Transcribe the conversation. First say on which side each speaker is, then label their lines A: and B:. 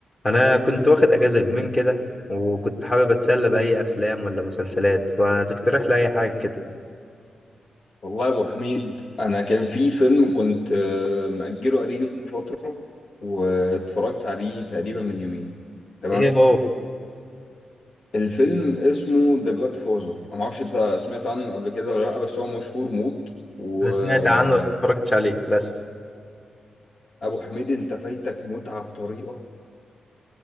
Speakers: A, on the left; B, on the left.
A: انا كنت واخد اجازه يومين كده وكنت حابب اتسلى باي افلام ولا مسلسلات ما تقترح لي اي حاجه كده
B: والله يا ابو حميد انا كان في فيلم كنت آه، مأجله قديم فتره واتفرجت عليه تقريبا من يومين تمام
A: ايه هو
B: الفيلم اسمه ذا جاد فازر انا ما اعرفش انت سمعت عنه قبل كده ولا لا بس هو مشهور موت وابو
A: انا سمعت عنه بس اتفرجتش عليه للاسف
B: حميد انت فايتك متعه بطريقه